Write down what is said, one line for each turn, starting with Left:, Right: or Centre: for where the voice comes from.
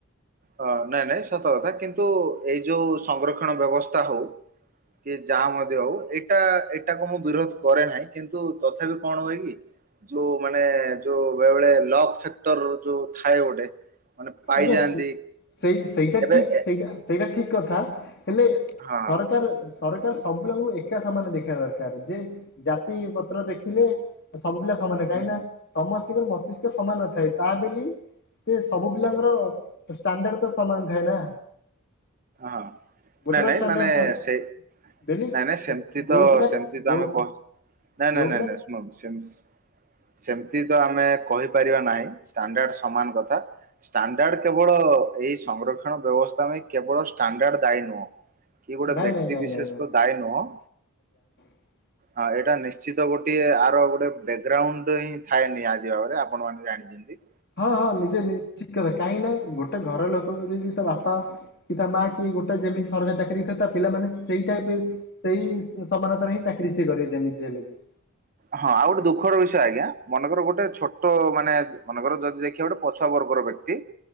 Right: ହଁ ନାଇଁ ନାଇଁ ସତକଥା କିନ୍ତୁ ଏଇଯୋଉ ସଂଗ୍ରକ୍ଷଣ ବ୍ୟବସ୍ଥା ହଉ। କିଏ ଯାହା ମଧ୍ୟ ହଉ ଏଇଟା ଏଇଟାକୁ ମୁଁ ବିରୋଧ କରେନାହିଁ କିନ୍ତୁ ତଥାପି କଣ ହୁଏକି? ଯୋଉ ମାନେ ଯୋଉ ବେଳେବେଳେ ଲକଫେକ୍ଟର ଯୋଉ ଥାଏ ଗୋଟେ ମାନେ ପାଇଯାଆନ୍ତି।
Left: ଆଜ୍ଞା ସି- ସେଇ ସେଇଟା
Right: ଏବେ
Left: ଠିକ
Right: ଏ
Left: ସେଇଟା ସେଇଟା ଠିକକଥା ହେଲେ
Right: ହଁ
Left: ସରକାର। ସରକାର ସବୁ ପିଲାଙ୍କୁ ଏକା ସମାନ ଦେଖିବା ଦରକାର ଯେ ଜାତି ପତ୍ର ଦେଖିଲେ ସବୁ ପିଲା ସମାନ କାହିଁକି
Right: ହୁଁ ହୁଁ
Left: ନା ସମସ୍ତିଙ୍କ ମସ୍ତିଷ୍କ ସମାନ ନଥାଏ ତା ବେଲି ସେ ସବୁ ସବୁ ପିଲାଙ୍କ ଷ୍ଟାଣ୍ଡାର୍ଡ ତ ସମାନ ଥାଏ ନା?
Right: ହଁ
Left: ଗୋଟେ
Right: ନାଇଁ
Left: ବା
Right: ନାଇଁ
Left: ଷ୍ଟାଣ୍ଡାର୍ଡ
Right: ମାନେ
Left: ଥାଏ
Right: ସେ
Left: ବେଲି
Right: ନାଇଁ ନାଇଁ ସେମିତି
Left: ଯୋଉ
Right: ତ
Left: ପିଲା
Right: ସେମିତି ତ
Left: ଯୋଉ
Right: ଆମେ କ ନାଇଁ
Left: ଯୋଉ
Right: ନାଇଁ
Left: ପିଲା
Right: ନାଇଁ ଶୁଣନ୍ତୁ ସେମି ସେମିତି ତ ଆମେ କହିପାରିବା ନାହିଁ ଷ୍ଟାଣ୍ଡାର୍ଡ ସମାନ କଥା ଷ୍ଟାଣ୍ଡାର୍ଡ କେବଳ ଏଇ ସଂଗ୍ରକ୍ଷଣ ବ୍ୟବସ୍ଥା ପାଇଁ କେବଳ ଷ୍ଟାଣ୍ଡାର୍ଡ ଦାୟୀ ନୁହଁ। କି ଗୋଟେ
Left: ନାଇଁ
Right: ବ୍ୟକ୍ତି
Left: ନାଇଁ ନାଇଁ
Right: ବିିଶେଷ
Left: ନାଇଁ ନାଇଁ
Right: ତ ଦାୟୀ ନୁହଁ।
Left: <unintelligible>
Right: ହଁ ଏଇଟା ନିଶ୍ଚିତ ଗୋଟଏ ଆର ଗୋଟେ ବ୍ୟାକଗ୍ରାଉଣ୍ଡୁ ହିଁ ଥାଏ ନିହାତି ଭାବରେ ଆପଣ ମାନ ଜାଣିଚନ୍ତି।
Left: ହଁ ହଁ ନିଜେ ନି ଠିକ୍ କଲେ କାହିଁକି ନା ଗୋଟେ ଘର ଲୋକଙ୍କୁ ଯଦି ତା ବାପା କି ତା ମା କି ଗୋଟେ ଯେମିତି ସରକାରୀ ଚାକିରୀ ହେଇଥାଏ ପିଲାମାନେ ସେଇ ଟାଇପ୍ ସେଇ ସମାନତାରେ ହିଁ ଚାକିରି ସିଏ କରିବେ ଯେମିତି ହେଲେ ବି।
Right: ହଁ ଆଉ ଗୋଟେ ଦୁଃଖର ବିଷୟ ଆଜ୍ଞା ମନେକର ଗୋଟେ ଛୋଟ ମାନେ ମନେଙ୍କର ଯଦି ଦେଖିବା ଗୋଟେ ପଛୁଆ ବର୍ଗର ବ୍ୟକ୍ତି